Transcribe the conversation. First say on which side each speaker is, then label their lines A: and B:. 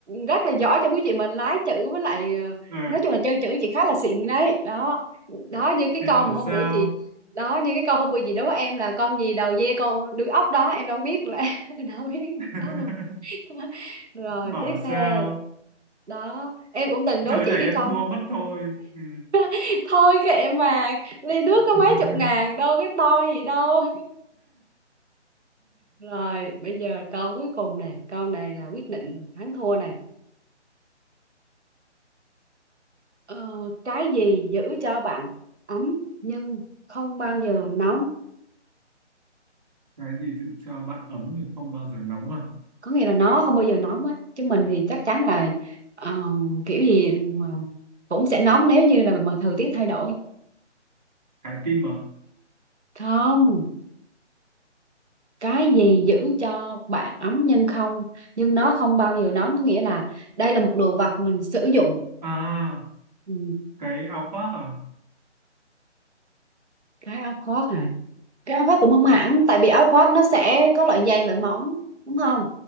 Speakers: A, on the right; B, on the right.
A: rất là giỏi trong cái chuyện mình lái chữ với lại ờ,
B: ờ.
A: nói chung là chơi chữ chị khá là xịn đấy đó đó
B: <laughs>
A: như cái
B: thế
A: câu
B: bảo
A: mà hôm
B: sao
A: bữa chị đó như cái câu hôm bữa chị đố em là con gì đầu dê con đuôi ốc đó em đâu biết là <laughs> đâu biết
B: <laughs>
A: đó đâu <laughs> rồi
B: bảo
A: tiếp
B: sao
A: theo đó em cũng từng đố
B: thế
A: chị
B: này
A: cái
B: em
A: con
B: thua mất thôi ừ.
A: <laughs> thôi kệ mà ly nước
B: <laughs>
A: có mấy chục ngàn đâu cái to gì đâu Rồi, bây giờ câu cuối cùng nè, câu này là quyết định thắng thua nè. Ờ, cái gì giữ cho bạn ấm nhưng không bao giờ nóng?
B: cái gì giữ cho bạn ấm nhưng không bao giờ nóng à
A: Có nghĩa là nó không bao giờ nóng á, chứ mình thì chắc chắn là ờ, kiểu gì mà cũng sẽ nóng nếu như là mà thời tiết thay đổi.
B: trái tim à
A: Không, cái gì giữ cho bạn ấm nhưng không nhưng nó không bao giờ nóng có nghĩa là đây là một đồ vật mình sử dụng.
B: à
A: Ừ,
B: cái áo khoác à
A: cái áo khoác hả? cái áo khoác cũng không hẳn tại vì áo khoác nó sẽ có loại dày loại mỏng đúng không